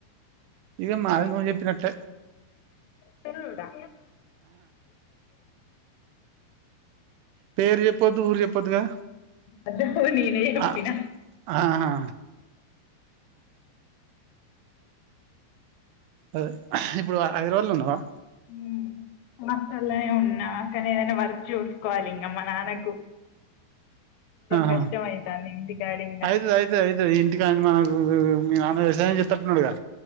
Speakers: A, on the right; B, on the left.
A: ఇక మాదిూప్పినట్ట
B: తెరుడా
A: పేరు చెప్పొద్దు ఊరు చెప్పొద్దుగా
B: అద్దవు నేనే చెప్పిన
A: ఆ ఆహా అదే ఇప్పుడు హఐదరు రోజలు ఉన్నావా
B: హ హాస్టలనే ఉన్నా అ కాని ఏదైనా వర్క్ చూసుకోవాలి ఇంగ మా నాన్నకు <inaudible>
A: ఆహా
B: కష్టం అయితాంది ఇంటికాడ ఇంగా
A: అయితది అయితది అయితది ఇంటికాని మనకు మీ నాన్న వ్యవసాయం చెతట్డున్నడు గా